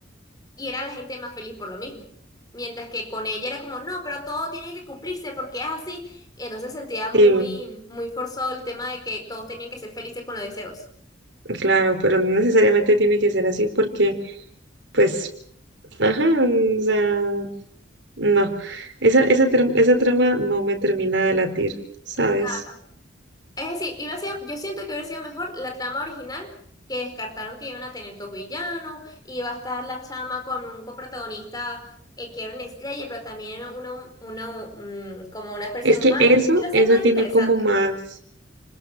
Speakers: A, on the left; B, on the right.
A: Y era la gente más feliz por lo mismo. Mientras que con ella era como, no, pero todo tiene que cumplirse porque es así. Y entonces sentía muy,
B: sí,
A: muy forzado el tema de que todos tenían que ser felices con los deseos.
B: claro, pero no necesariamente tiene que ser así porque, pues, ajá, o sea, no. Esa, esa, ter- esa trama no me termina de latir, ¿sabes?
A: claro Es decir, iba a ser, yo siento que hubiera sido mejor la trama original, que descartaron que iban a tener dos villanos, iba a estar la chama con un coprotagonista eh, que era una estrella, pero también era una, una, mm, como una especie
B: Es
A: de
B: que
A: humano.
B: eso,
A: Iba a ser
B: eso
A: más
B: tiene
A: interesante.
B: como más.